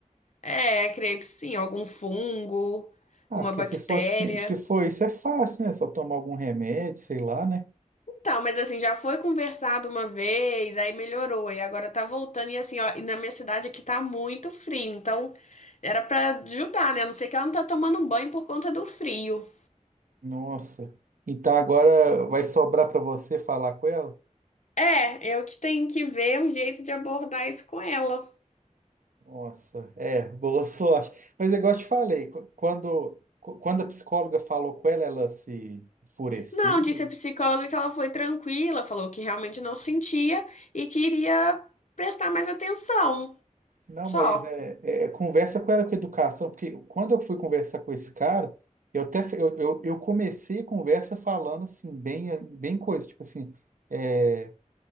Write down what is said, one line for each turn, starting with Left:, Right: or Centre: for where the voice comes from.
Left: É, creio que sim, algum fungo,
Right: Ah,
Left: alguma
Right: porque
Left: bactéria.
Right: se fosse, se for isso é fácil, né? Só tomar algum remédio, sei lá, né?
Left: Então, mas assim, já foi conversado uma vez, aí melhorou, e agora tá voltando, e assim, ó, e na minha cidade aqui tá muito frio, então era pra ajudar, né? A não ser que ela não tá tomando banho por conta do frio.
Right: Nossa. Então agora vai sobrar para você falar com ela?
Left: É, eu que tenho que ver um jeito de abordar isso com ela.
Right: Nossa, é, boa <laughs> sorte. Mas é igual eu te falei, qu- quando, qu- quando a psicóloga falou com ela, ela se enfureceu.
Left: Não, disse a psicóloga que ela foi tranquila, falou que realmente não sentia e queria prestar mais atenção.
Right: Não,
Left: Só.
Right: mas é, é, é conversa com ela com educação, porque quando eu fui conversar com esse cara, eu até f- eu, eu, eu comecei a conversa falando assim, bem, bem coisa, tipo assim. é,